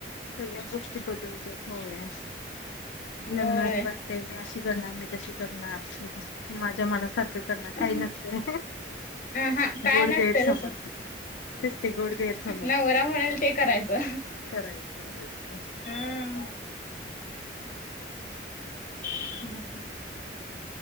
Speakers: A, on the left; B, on the left.
A: सगळ्या गोष्टी बदलत हो्या
B: होय
A: लग्नाआधी वाट ते मी अशी करणार मी तशी करणार. माझ्या मनासारखं करणार
B: अ
A: काही नसते
B: हा काय
A: गोड
B: नसतंय
A: गैर समज.
B: तसं
A: तेच की गोड गैर समज
B: नवरा म्हणेल ते करायचं
A: करायचंट.
B: हम्. हो <inaudible>